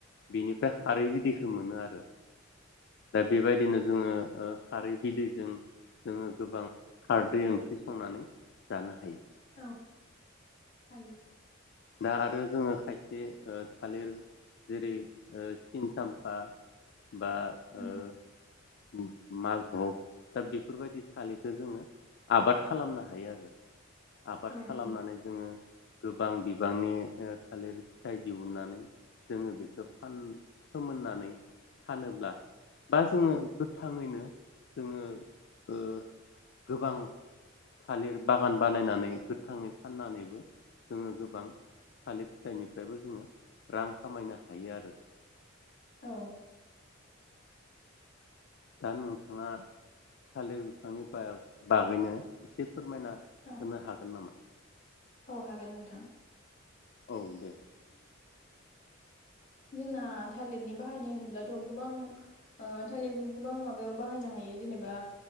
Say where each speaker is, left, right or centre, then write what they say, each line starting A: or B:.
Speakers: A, on the left (about 55°); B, on the left (about 35°).
A: बिनिफ्राय खारै बिदैखौ मोनो आरो दा बेबायदिनो जोङो ओ खारै बिदैजों जोङो गोबां खारदै ओंख्रि संनानै जानो हायो।
B: औ हायो।
A: दा आरो जोङो खायसे ओ थालिर जेरै- सिनसाम्फा बा
B: उम
A: ओ मालभग दा बेफोरबायदि थालिरखौ जोङो आबाद खालामनो हायो आरो। आबाद
B: औ
A: खालामनानै
B: हायो
A: जोङो गोबां बि बांनि ओ थालिर फिथाइ दिहुननानै जोङो बेखौ फान फोमोननानै फानोब्ला बा जोङो गोथाङैनो जोङो ओ गोबां थालिर बागान बानायनानै गोथाङै फाननानै जोङो गोबां थालिर फिथाइनिफ्रायबो जोङो रां खामायनो हायो आरो
B: औ।
A: दा नोंथाङा थालिर बिफांनि बा बागैनो एसे फोरमायना
B: औ
A: होनो हागोन नामा?
B: औ हागोन नोंथां।
A: औ दे।
B: जोंना थालिरनि बाहायनाय होनोब्लाथ' गोबां ओ थालिरखौ गोबां माबायाव बाहायनो हायो जेनेबा